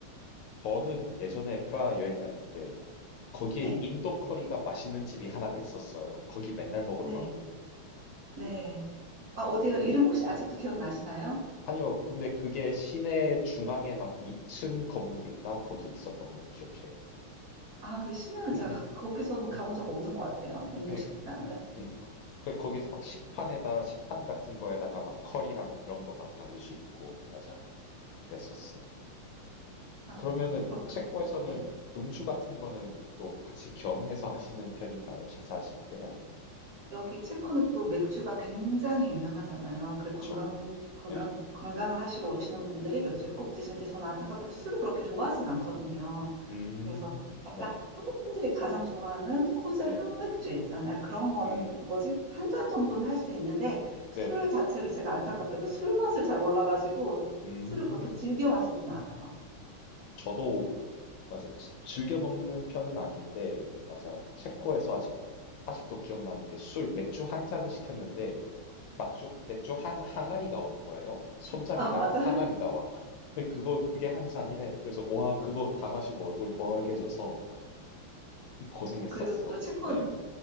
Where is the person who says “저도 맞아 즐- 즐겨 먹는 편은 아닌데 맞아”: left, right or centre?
Left